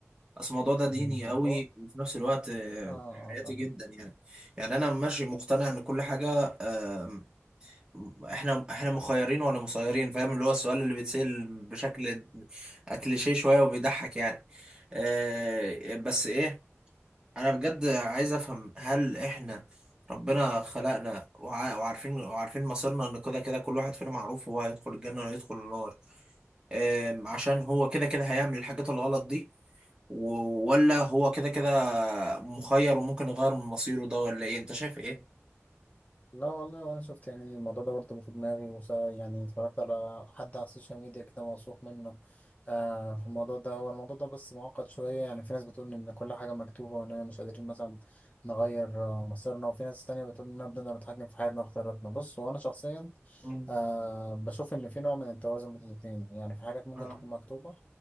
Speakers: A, on the right; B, on the left.
A: اصل الموضوع ده
B: فهمتك
A: ديني قوي
B: اهو
A: وفي نفس الوقت آه،
B: اه
A: حياتي
B: اه فاهم
A: جدا يعني يعني انا ماشي مقتنع ان كل حاجه آه، احنا احنا مخيرين ولا مسيرين فاهم اللي هو السؤال اللي بيتسأل بشكل كليشيه شويه وبيضحك يعني آه، بس ايه انا بجد عايز افهم هل احنا ربنا خلقنا وع- وعارفين وعارفين مصيرنا ان كده كده كل واحد فينا معروف هو هيدخل الجنة ولا هيدخل النار أم، عشان هو كده كده هيعمل الحاجات الغلط دي و- ولا هو كده كده مخير وممكن يغير من مصيره ده ولا ايه انت شايف ايه
B: لا والله وانا شفت يعني الموضوع ده برضه في دماغي وس- يعني اتفرجت على حد على السوشيال ميديا كده موثوق منه آه في الموضوع ده هو الموضوع ده بس معقد شوية يعني في ناس بتقول ان كل حاجة مكتوبة واننا مش قادرين مثلا نغير آه، مصيرنا وفي ناس تانية بتقول اننا بدنا نتحكم في حياتنا واختياراتنا بص وانا شخصيا
A: مم.
B: آه بشوف ان في نوع من التوازن بين الاتنين يعني في حاجات ممكن
A: اه
B: تكون مكتوبة